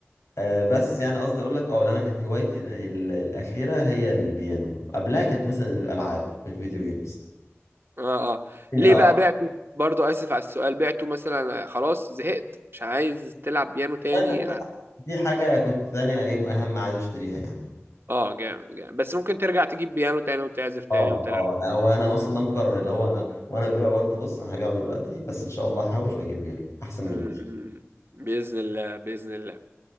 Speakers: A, on the left; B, on the right.
A: أه بس يعني قصدي اقول لك اه لأن انا كانت هوايتي ال- ال- الاخيره هي البيانو قبلها كانت مثلا الالعاب الفيديو جيمز
B: اه آه.
A: يعني
B: ليه
A: اه
B: بقى
A: آه،
B: بعته برضو اسف على السؤال بعته مثلا خلاص زهقت مش عايز تلعب بيانو تاني
A: والله كانت
B: اه
A: في دي حاجه كنت تانية ايه اهم عايز اشتريها يعني
B: آه، جامد جامد بس ممكن ترجع تجيب بيانو تاني وتعزف
A: اه
B: تاني وتلعب
A: اه لا هو انا اصلا ده مقرر اللي هو انا وانا ببيعه قلت بص انا هبيعه دلوقتي بس ان شاء الله هحوش واجيب غيره احسن
B: م-
A: منه
B: م. بإذن الله بإذن الله